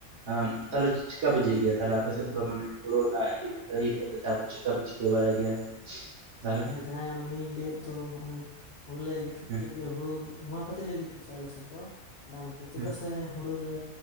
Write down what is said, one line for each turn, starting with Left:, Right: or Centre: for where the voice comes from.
Right: ᱟᱢ ᱛᱟᱞᱮ ᱪᱤᱠᱟᱯᱮ ᱤᱡᱟᱹᱭ ᱜᱮᱭᱟ ᱛᱟᱦᱞᱮ ᱟᱯᱮ ᱥᱮᱫ ᱫᱚ ᱢᱟᱱᱮ ᱦᱳᱲᱳ ᱱᱟᱜ ᱤᱨ ᱫᱟᱹᱭ ᱠᱟᱛᱮ ᱛᱟᱨᱯᱚᱨ ᱪᱤᱠᱟᱯᱮ ᱪᱤᱜ᱾ ᱵᱮ ᱵᱟᱬᱟᱭ ᱜᱮᱭᱟ ᱛᱟᱦᱞᱮ
Left: ᱡᱟᱦᱟᱭ ᱚᱱᱮᱧ ᱞᱟᱹᱭᱮᱫ ᱫᱚ ᱦᱚᱜᱼᱚᱭ ᱦᱩᱲᱩ ᱞᱮ ᱜᱤᱛᱤᱡ
Right: ᱦᱮᱸ
Left: ᱠᱮᱫ ᱜᱮ ᱦᱩᱲᱩ ᱱᱚᱣᱟ ᱠᱷᱟᱹᱛᱤᱨ ᱞᱮ ᱜᱤᱛᱤᱡᱟᱼᱟ ᱟᱞᱮ ᱥᱮᱫ ᱫᱚ ᱾ ᱰᱟᱝᱛᱮ ᱪᱮᱫᱟᱜ
Right: ᱦᱮᱸ
Left: ᱥᱮ ᱦᱩᱲᱩ ᱨᱮ